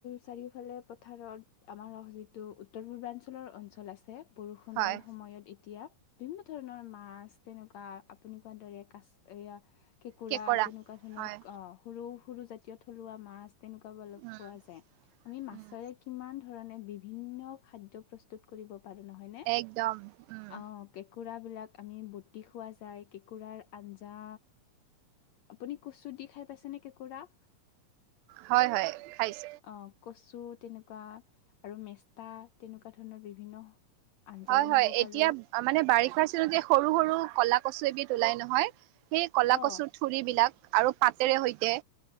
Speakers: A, on the left; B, on the right.
A: চাৰিওফালে পথাৰৰ আমাৰ অহ যিটো উত্তৰ পূৰ্বাঞ্চলৰ অঞ্চল আছে, বৰষুণৰ
B: হয়
A: সময়ত এতিয়া বিন্ন ধৰণৰ মাছ, তেনেকুৱা আপুনি কোৱাৰ দৰে কাছ এয়া কেঁকোৰা,
B: কেকৰা
A: তেনেকুৱা ধৰণৰ
B: হয়
A: সৰু-সৰু জাতীয় থলুৱা মাছ। তেনেকুৱা বলপ
B: উম
A: পোৱা যায়। আমি মাছৰে
B: উম
A: কিমান ধৰণে বিভিন্ন খাদ্য প্ৰস্তুত কৰিব পাৰো, নহয় নে?
B: একদম উম
A: অ', কেঁকোৰাবিলাক আমি বটি খোৱা যায়। কেঁকোৰাৰ আঞ্জা আপুনি কুচুত দি খাই পাইছেনে কেঁকুৰা?
B: হয়, হয়। খাইছ।
A: অ, কচু তেনেকুৱা আৰু মেষ্টা তেনেকুৱা ধৰণৰ বিভিন্ন আঞ্জা
B: হয়,
A: বনাব
B: হয়।
A: পাৰোঁ
B: এতিয়া আ মানে, বাৰিষাৰ চিলতে সৰু-সৰু কলা কচু এবিধ ওলাই নহয়, সেই কলা
A: অ',
B: কচু থুৰি বিলাক আৰু পাতেৰে সৈতে,